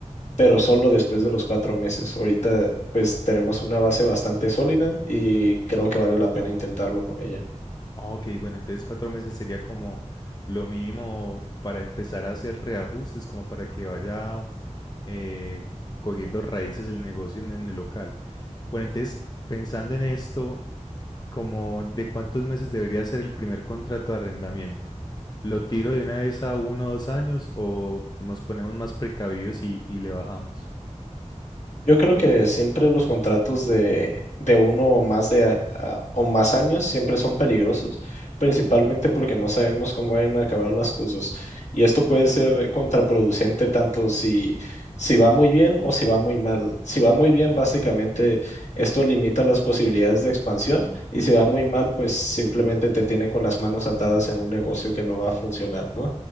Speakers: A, on the left (about 70°); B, on the left (about 35°).
A: pero solo después de los cuatro meses. Ahorita pues tenemos una base bastante sólida y creo que vale la pena intentarlo con ella.
B: Ah, Ok, bueno, entonces cuatro meses sería como lo mínimo para empezar a hacer reajustes, como para que vaya eh, cogiendo raíces el negocio en, en el local. Bueno, entonces pensando en esto, como de cuántos meses debería ser el primer contrato de arrendamiento. ¿Lo tiro de una vez a uno o dos años o nos ponemos más precavidos y, y le bajamos?
A: Yo creo que siempre los contratos de, de uno o más de ah, o más años siempre son peligrosos, principalmente porque no sabemos cómo van a acabar las cosas. Y esto puede ser contraproducente tanto si, si va muy bien o si va muy mal. Si va muy bien, básicamente esto limita las posibilidades de expansión y si va muy mal, pues simplemente te tiene con las manos atadas en un negocio que no va a funcionar, ¿no?